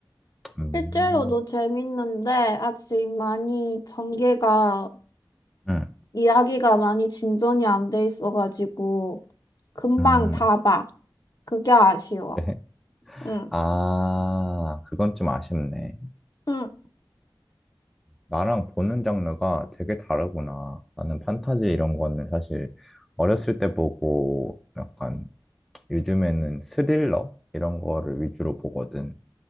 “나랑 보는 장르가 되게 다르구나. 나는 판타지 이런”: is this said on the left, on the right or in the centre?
Centre